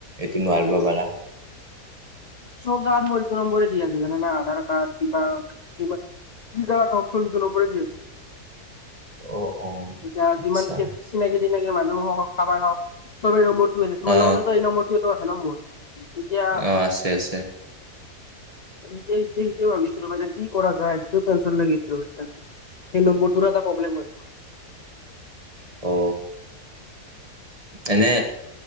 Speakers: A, on the right; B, on the left.
A: এইটো নোৱাৰিব পাৰা।
B: চব যাগাত মোৰ এইটো নম্বৰে দি আছে জানে ন, আধাৰ কাৰ্ড, কিবা কিবা, কি যাগাত অপচন সেইটো নম্বাৰে দিয়া
A: অ অ
B: এতিয়া,
A: আচ্ছা
B: যিমান চিনাকি-টিনাকি মানুহ হ'ওক, কাবাৰ হ'ওক। <unintelligible>
A: অ
B: আছে ন, মোৰ। এতিয়া
A: অ, আছে আছে।
B: <inaudible> ভাবিছিলো মানে যি কৰা যায়, কিয় টেনছন লাগি আছে ৰবা এই নম্বৰটোৰো, এটা প্ৰব্লেম হয়।
A: অ, তেনে